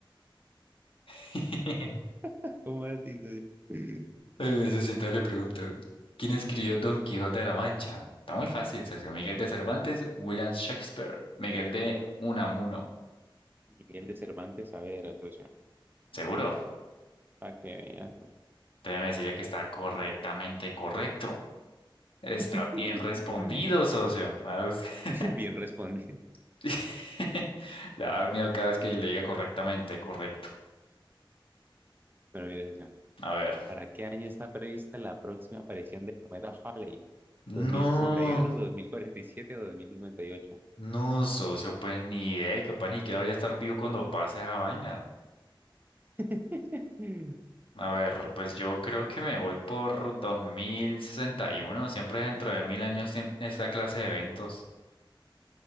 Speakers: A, on the left; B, on the right.
A: <laughs>
B: <laughs> ¿Cómo así, socio? <laughs>
A: Eh, Se sentó le pregunto, ¿quién escribió Don Quijote de la Mancha? Está muy fácil, socio. Miguel de Cervantes, William Shakespeare, Miguel de Unamuno.
B: Miguel de Cervantes Saavedra, socio.
A: ¿Seguro?
B: Para que vean.
A: Déjeme decirle que está correctamente correcto. Está
B: <laughs>
A: bien respondido, socio. A usted.
B: <laughs> Bien respondido.
A: <laughs> Le va a dar miedo cada vez que yo le diga correctamente, correcto.
B: bueno, mire, socio,
A: A ver.
B: ¿para qué año está prevista la próxima aparición del cometa Halley?
A: No,
B: ¿2061, 2047 o 2058?
A: no, socio, pues ni idea y capaz ni siquiera vaya a estar vivo cuando pase esa vaina.
B: <laughs>
A: A ver, pues yo creo que me voy por 2061. Siempre dentro de mil años en- esta clase de eventos.